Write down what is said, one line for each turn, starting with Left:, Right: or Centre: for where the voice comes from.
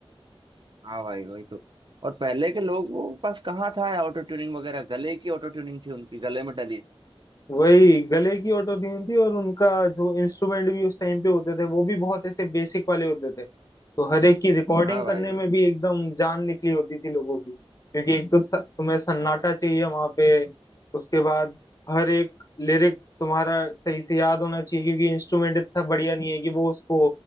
Right: हाँ भाई वही तो और पहले के लोगों के पास कहाँ था यार ऑटो ट्यूनिंग वगैरह गले की ऑटो ट्यूनिंग थी उनकी गले में डली
Left: वही गले की ऑटो ट्यून थी और उनका जो इंस्ट्रूमेंट भी उस टाइम पे होते थे वो भी बहुत ऐसे बेसिक वाले होते थे तो हर एक की रिकॉर्डिंग
Right: हाँ
Left: करने
Right: भाई
Left: में भी एकदम जान निकली होती थी लोगों की क्योंकि एक तो स- तुम्हें सन्नाटा
Right: हाँ
Left: चाहिए वहां पे उसके बाद हर एक लिरिक्स तुम्हारा सही से याद होना चाहिए क्योंकि इंस्ट्रूमेंट इतना बढ़िया नहीं है कि वो उसको